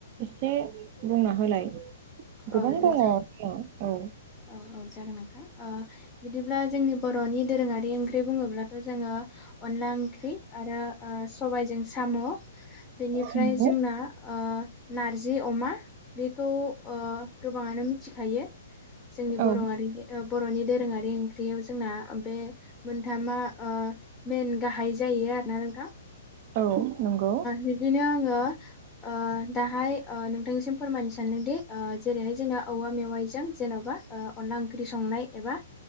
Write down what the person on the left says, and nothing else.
औ
औ औ जागोन नोंथां बिदिब्ला जोंनि बर'नि दोरोङारि ओंख्रि बुङोब्लाथ' जोङो। अनला ओंख्रि आरो सबायजों साम' बेनिफ्राय
जोंना आ नारजि अमा बेखौ ओ गोबाङानो मिथिखायो। जोंनि बर'
हारिनि। बर'नि दोरोङारि ओंख्रियाव जोंना बे मोनथामा मेन गाहाय जायो। आरोना नोंथां
बिदिनो आङो आ दाहाय नोंथांनिसिम फोरमायनो सान्दोंदि। जेरैहाय जोंना औवा मेवाइजों जेन'बा अनला ओंख्रि संनाय एबा